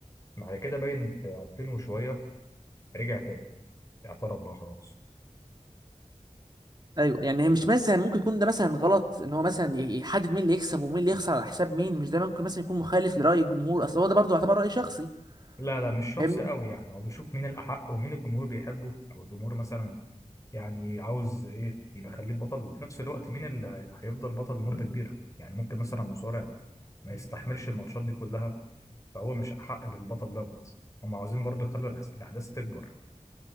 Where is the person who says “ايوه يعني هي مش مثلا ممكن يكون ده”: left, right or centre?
Right